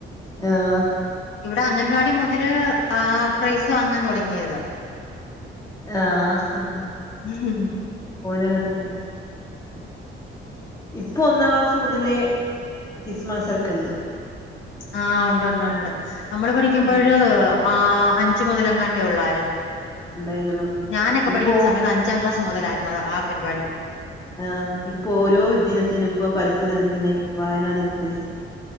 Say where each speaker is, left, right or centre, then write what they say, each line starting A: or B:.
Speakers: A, on the left; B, on the left.
A: ആഹ്
B: ഇവിടെ അംഗൻവാടി മുതല് ആഹ് പ്രൈസ് വാങ്ങാൻ തൊടങ്ങിയതാ
A: ആഹ്
B: ഉം ഉംം
A: മോനും അങ്ങൻ തന്നെ ഇപ്പൊ ഒന്നാം ക്ലാസ് മുതലേ കിസ്സ് മത്സരക്കെണ്ട്
B: ആഹ് ഒണ്ട് ഒണ്ട് ഒണ്ട് നമ്മള് പഠിക്കുമ്പോഴ്
A: ഉം
B: ആഹ് അഞ്ചു മു മൊതലെങ്ങാണ്ടെ ഒള്ളാരുന്നു
A: ഉണ്ടായിരുന്നല്ലോ
B: ഞാനക്കെ
A: ഇപ്പോ
B: പഠിക്കുന്ന സമയത്ത് അഞ്ചാം ക്ലാസ് മൊതലാരുന്നു ആ പരിപാടി
A: ആഹ് ഇപ്പോരോ ദിനത്തിന് ഇപ്പം പരസ്‌ഥിതി ദിനത്തിന് വായനാ ദിനത്തിന്